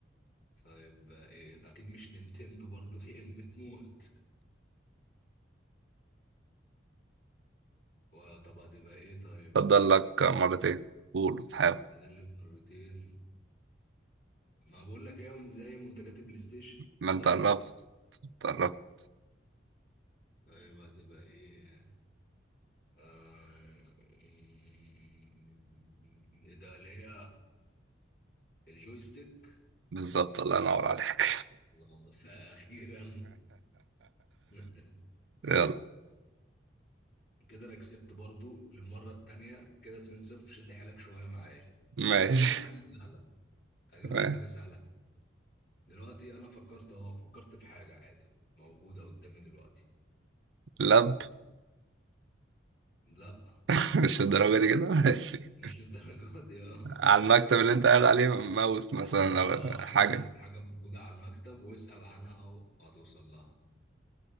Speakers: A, on the left (about 55°); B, on the right (about 70°).
A: طيب ايه اكيد مش نينتندو برضه <laughs> لان تموت وطب هتبقى ايه طيب
B: فضل
A: يا عم
B: لك مرتين قول حاول
A: فاضل لي مرتين ما بقول لك ايه من زي منتجات البلاي ستيشن
B: ما
A: صح
B: انت قربت انت قربت
A: طيب هتبقى ايه آه... ايه ده اللي هي الجويستيك
B: بالظبط الله ينور عليك
A: اللهم صل- اخيرا <laughs>
B: <laughs> يلا
A: كده انا كسبت برضو للمره التانيه كده 2-0 شد حيلك شويه معايا
B: ماشي
A: انا هجيب لك حاجه سهله هجيب
B: ماشي.
A: لك حاجه سهله دلوقتي انا فكرت اهو فكرت في حاجه عادي موجوده قدامي دلوقتي
B: لب
A: لا
B: <laughs> مش الدرجة دي كده ماشي
A: مش للدرجه دي اه
B: على المكتب اللي انت قاعد عليه ماوس مثلا
A: أم-
B: او
A: اه حاجه
B: حاجة
A: مو... حاجه موجوده على المكتب واسال عنها و- وهتوصل لها